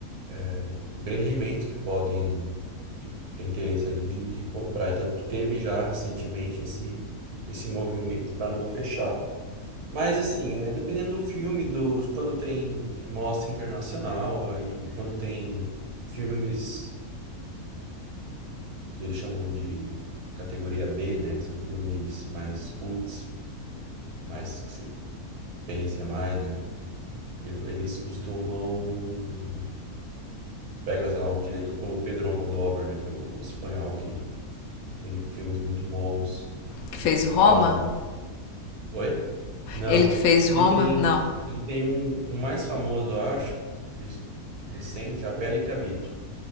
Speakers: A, on the right; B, on the left.
A: é, empreendimentos que podem ter interesse ali de, de comprar, então teve já recentemente esse, esse movimento para não fechar, Mas assim, é, dependendo do filme, do quando tem mostra internacional, aí quando tem filmes que eles chamam de categoria B, né, que são filmes mais cults, mais que você pensa mais, né? E eles costumam pega, sei lá, um diretor como Pedro Almodóvar, né, que é o, o espanhol que tem filmes muito bons
B: Que
A: e
B: fez
A: que fazem.
B: Roma?
A: Oi? Não.
B: Ele que fez
A: Ele
B: Roma?
A: tem,
B: Não.
A: ele tem um, um mais famoso, eu acho, esse- recente, A Pele que Habito,